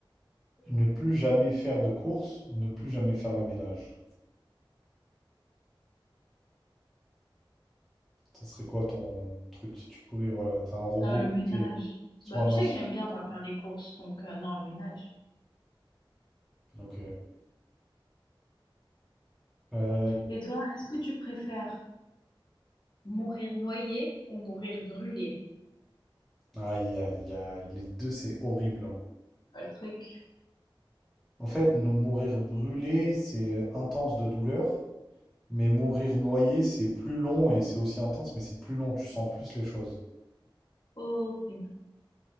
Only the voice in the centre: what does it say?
ne plus jamais faire de course ou ne plus jamais faire le ménage? Ça serait quoi ton truc si tu pouvais, voilà, t'as un robot
qui fait soit
un
lance.
Ok. Euh,
aïe, aïe, aïe, les deux, c'est horrible. hein.
En fait, ne mourir brûlé, c'est intense de douleur, mais mourir noyé, c'est plus long et c'est aussi intense, mais c'est plus long, tu sens plus les choses.